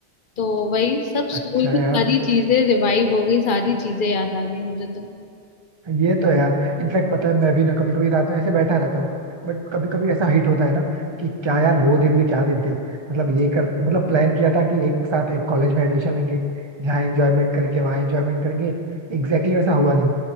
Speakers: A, on the left; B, on the right.
A: तो वही सब स्कूल
B: अच्छा
A: की
B: यार
A: सारी चीजें रिवाइव हो गई सारी चीजें याद आ गई मुझे तो
B: ये तो यार इनफैक्ट पता है मैं भी ना कभी कभी रात में ऐसे बैठा रहता हूँ बट कभी कभी ऐसा हिट होता है ना कि क्या यार वो दिन भी क्या दिन थे मतलब ये कर मतलब प्लान किया था कि एक साथ एक कॉलेज में एडमिशन लेंगे यहाँ एंजॉयमेंट करेंगे वहाँ एंजॉयमेंट करेंगे एग्जैक्टली वैसा हुआ नहीं